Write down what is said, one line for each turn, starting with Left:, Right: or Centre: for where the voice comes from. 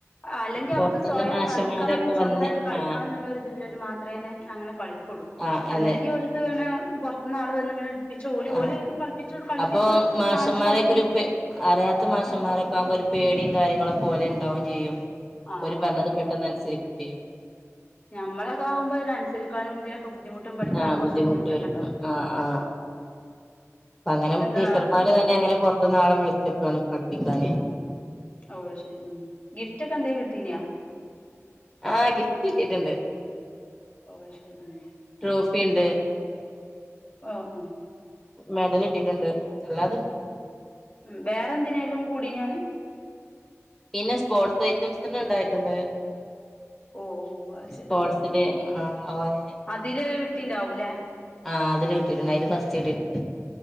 Left: അല്ലെങ്കി
Centre: പൊറത്തുന്ന്
Left: അവർക്ക് സ്വയം
Centre: മാഷന്മാരൊക്കെ
Left: കളിക്കണം സ്വന്തായിട്ട്
Centre: വന്ന്
Left: കളിക്കണം
Centre: ആഹ്
Left: ന്നുള്ള ഒര്തില്ലല്ല് മാത്രനെ അങ്ങനെ കളിക്കൊള്ളു.
Centre: ആഹ് അത്.
Left: അല്ലെങ്കി ഓല്ക് ഇങ്ങനെ പൊതത്ത്ന്ന് ആള് വന്ന് ഇങ്ങനെ കൾപ്പിച്ചു ഓല് ഓല്
Centre: ആഹ്
Left: കൾപ്പിച്ച് കളിപ്പിച്ച്
Centre: അപ്പൊ മാഷന്മാരൊക്കെ
Left: കാൺച്ച് കൊടുക്കുമ്പോ
Centre: ഒരു പേ അറിയാത്ത മാഷന്മാരൊക്കെ
Left: അയ്നൻസരിച്ച് നിക്കും.
Centre: ആവുമ്പോ ഒരു പേടിയും കാര്യങ്ങളെക്കേ ഓലെ ഇണ്ടാവും ചെയ്യും
Left: ആ
Centre: ഒരു പറഞ്ഞത്
Left: ആ
Centre: പെട്ടെന്ന് അനുസരിക്കയും ചെയ്യും
Left: നമ്മളൊക്കെ ആകുമ്പോ അതനുസരിക്കാനും ഇതിനൊക്കേ ബുദ്ധിമുട്ടും പഠിക്കാനും
Centre: ആഹ്
Left: കുറച്ച്
Centre: ബുദ്ധിമുട്ട്
Left: ബുദ്ധിമുട്ടൊക്കേ
Centre: വരും
Left: ഉണ്ടാവും
Centre: ആഹ് ആഹ് അപ്പ അങ്ങനെ
Left: എന്താ
Centre: ടീച്ചർമാരെ തന്നെ അങ്ങനെ പുറത്തു നിന്നാളെ വിളിച്ചക്കാണ് പഠിപ്പിക്കാന്
Left: ഓഹ് ശരി ഗിഫ്റ്റൊക്കെ എന്തെങ്കിലും കിട്ടീനിയാ
Centre: ആ ഗിഫ്റ്റ് കിട്ടിയിട്ടുണ്ട്
Left: ഓഹ് ശരി ഉം
Centre: ട്രോഫി ഇണ്ട്
Left: ഓ ഓ
Centre: മെഡൽ കിട്ടിട്ടുണ്ട് എല്ലാതുണ്ട്
Left: ഉം വേറെ എന്തിനേലും കൂടിനിയോ ഓൻ
Centre: പിന്നെ സ്പോർട്സ് ഐറ്റംസ് ഇണ്ടായിട്ടുണ്ട്
Left: ഓ ഓ അത് ശരി
Centre: സ്പോർട്സ് ന്റെ ആഹ് അവന്
Left: അതില് കിട്ടിണ്ടാവൂല്ലേ
Centre: ആ അതിൽ കിട്ടിട്ടുണ്ട് അതിൽ ഫസ്റ്റ് കിട്ടിട്ടുണ്ട്